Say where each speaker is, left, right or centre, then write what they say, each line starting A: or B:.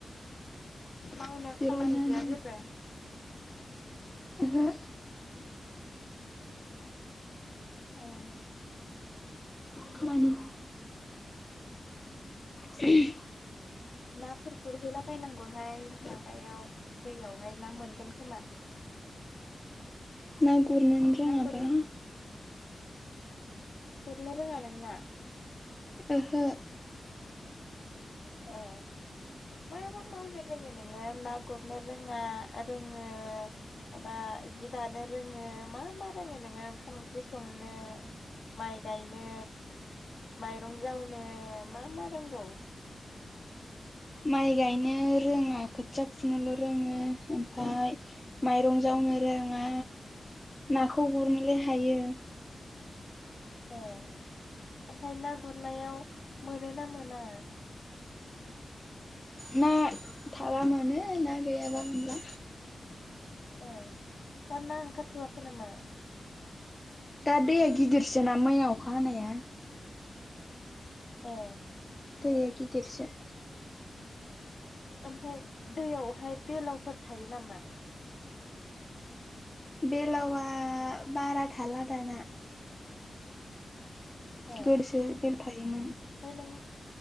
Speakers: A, on the left; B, on the left.
A: माउनो
B: जिरायनानै
A: खामानि गैया जेबो
B: ओहो
A: ए
B: खामानि <unintelligible>
A: नाफोर गुरहैलाबायनांगौहाय माबायाव दैयावहाय ना मोनगोन खोमा <inaudible>
B: ना गुरनोनो रोङाबा
A: ना गुरनो गुरनो रोङा नोंना
B: ओहो
A: ए मा मा मावनो रोङो नोङो ना गुरनो रोङा रोङो माबा जि दानो रोङो मा मा रोङो नोङो ओंखाम ओंख्रि संनो माइ गायनो माइरं जावनो मा मा रोंगौ <inaudible>
B: माइ गायनो रोङा खोथिया फुनोल' रोङो ओमफाय माइरं जावनो रोङा नाखौ गुरनोलाय हायो
A: ए ओमफ्राय ना गुरनायाव मोनो ना मोना
B: ना थाबा मोनो ना गैयाबा मोनला
A: ए दा ना ओंखारथ'वाखै नामा
B: दा दैया गिदिरसोना मैया अखा हानाया
A: ए
B: दैया गिदिरसो।
A: ओमफाय दैयावहाय बेलावफोर थायो नामा?
B: बेलावआ बारा थाला दाना।
A: ए ओमफ्राय
B: गोदोसो बेलथायोमोन।
A: नों